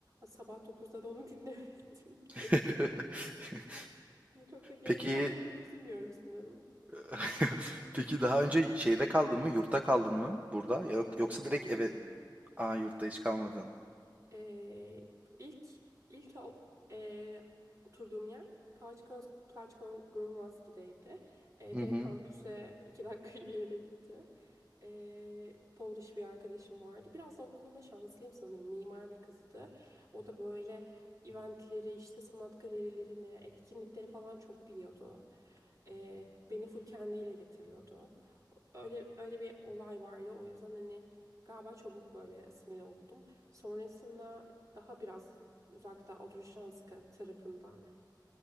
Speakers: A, on the right (about 45°); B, on the right (about 20°).
A: Sabah dokuzda da onu dinlemedim.
B: <laughs>
A: <laughs> Ya Çok da gerek.
B: Peki
A: Şu anda çok da üzülmüyorum sanırım.
B: <laughs> peki daha önce şeyde kaldın mı? Yurtta kaldın mı burada?
A: Ben
B: Ya,
A: yurtta
B: yoksa
A: hiç kalmadım.
B: direkt eve Aa, yurtta hiç kalmadın.
A: Ee, ilk ilk o, ee, oturduğum yer Plaçkons Plaçkongrumaski'deydi. Ee,
B: Hı
A: direkt
B: hı.
A: kampüse iki dakika <laughs> yürüyerekti. Ee, Polish bir arkadaşım vardı. Biraz da o konuda şanslıyım sanırım. Mimar bir kızdı. O da böyle eventleri, işte sanat galerilerini, etkinlikleri falan çok biliyordu. Ee, beni full kendiyle getiriyordu. Öyle öyle bir olay vardı. O yüzden hani galiba çabuk böyle asimile oldum. Sonrasında daha biraz uzakta Odrzyjanska tarafındaydım.